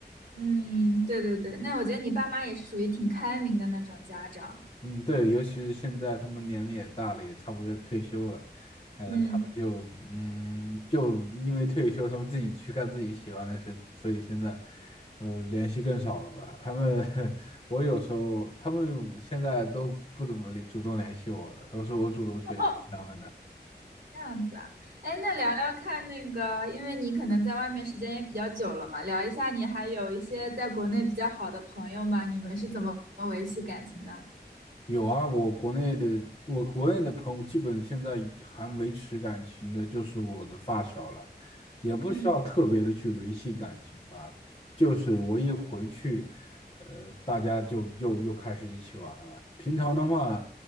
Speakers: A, on the right (about 50°); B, on the left (about 35°).
A: 嗯，对对对，那我觉得你爸妈也是属于挺开明的那种家长。
B: 嗯，对，尤其是现在他们年龄也大了，也差不多要退休了，呃，
A: 嗯，
B: 他们就嗯，就因为退休，他们自己去干自己喜欢的事，所以现在呃联系更少了吧？他们 <laughs> 我有时候他们现在都不怎么联主动联系我了，都是我主动去联系他们的。
A: <laughs> 这样子啊，哎，那聊聊看那个，因为你可能在外面时间也比较久了嘛，聊一下你还有一些在国内比较好的朋友吗？你们是怎么维系感情的？
B: 有啊，我国内的我国内的朋友，基本现在还维持感情的，就是我的发小了，也不需要特别的去维系感情吧。
A: 嗯，
B: 就是我一回去，呃，大家就又又开始一起玩了。平常的话，